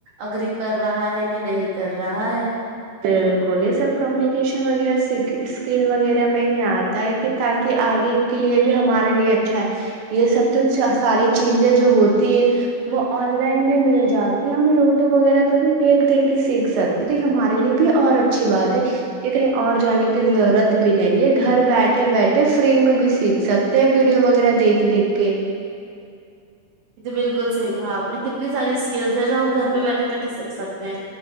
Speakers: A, on the right; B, on the right.
A: اگری کر رہا ہے کہ نہیں کر رہا ہے
B: بالکل یہ سب کمیونیکیشن وغیرہ اسکل وغیرہ میں ہی آتا ہے کہ تاکہ آگے کے لیے بھی ہمارے لیے اچھا ہے یہ سب تو ساری چیزیں جو ہوتی ہے وہ آن لائن بھی مل جاتی ہے ہم یوٹیوب وغیرہ پہ بھی دیکھ دیکھ کے سیکھ سکتے تو ہم ارے لیے بھی اور اچھی بات ہے کہ کہیں اور جانے کی ضرورت بھی نہیں ہے گھر بیٹھے بیٹھے فری میں بھی سیکھ سکتے ہیں ویڈیو وغیرہ دیکھ دیکھ کے
A: یہ تو بالکل صحیح کہا آپ نے کتنی ساری اسکلس ہے جو ہم گھر پہ بیٹھے بیٹھے سیکھ سکتے ہیں